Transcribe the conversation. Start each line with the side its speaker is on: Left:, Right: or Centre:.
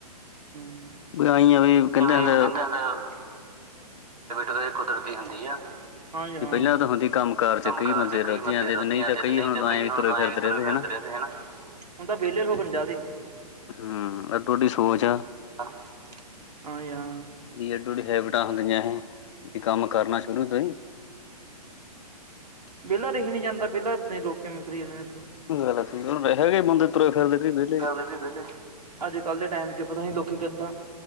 Right: <unintelligible>
Left: ਵੀ ਆਈ ਆ ਵੀ ਕਹਿੰਦੇ
Right: ਤੈਨੂੰ
Left: ਹੁੰਦੇ
Right: ਪਤਾ ਏ ਕੁਦਰਤੀ ਹੁੰਦੀ ਆ, ਹਾਂਜੀ, ਹਾਂਂ
Left: ਤੇ ਪਹਿਲਾਂ ਤਾਂ ਹੁੰਦੀ ਕੰਮ
Right: ਹਾੜਮ ਕਾਰ 'ਚ ਕਈ।
Left: ਰੁੱਝ
Right: ਬੰਦੇ
Left: ਜਾਂਦੇ
Right: ਗਲਤੀਆਂ
Left: ਤੇ ਨਹੀਂ ਤਾਂ
Right: ਤਿਦ ਨਈ ਤੇ
Left: ਤਾਂ
Right: ਕਈ
Left: ਐਂ ਵੀ
Right: ਹੁਣ ਆਏਂ ਤੁਰੇ ਫਿਰਦੇ
Left: ਹਨਾ
Right: ਰਹਿੰਦੇ ਹੈ ਨਾ। ਹੁਣ ਤਾਂ ਵਿਹਲੇ ਲੋਗ ਨੇ ਜਾਦੇ।
Left: ਹੂੰ, ਐ ਤੁਆਡੀ ਸੋਚ ਆ।
Right: ਆਂ, ਆਏ ਆ।
Left: ਵੀ ਐਡੋ ਐਂਡੀ ਹੈਬਿਟਾਂ ਹੁੰਦੀਆਂ ਇਹ ਵੀ ਕੰਮ ਕਰਨਾ ਸ਼ੁਰੂ ਤੋਂ ਈ।
Right: ਵੇਲਾ ਰਹੀ ਨੀ ਜਾਂਦਾ ਵੇਲਾ ਪਤਾ ਨੀ ਲੋਗ ਕਿਵੇਂ ਫਿਰੀ ਜਾਂਦੇ ਇੱਥੇ।
Left: ਗੱਲ ਸਹੀ। ਹੁਣ ਵੈਹੇ ਵੀ ਮੁੰਡੇ ਤੁਰੇ ਫਿਰਦੇ ਕਈ ਵੇਲੇ ਈ।
Right: ਕਿਉਂਕਿ ਵੇਲੇ ਅੱਜ ਕੱਲ੍ਹ ਦੇ ਟਾਈਮ 'ਚ ਪਤਾ ਨਹੀਂ ਲੋਕੀ ਕਿੱਦਾਂ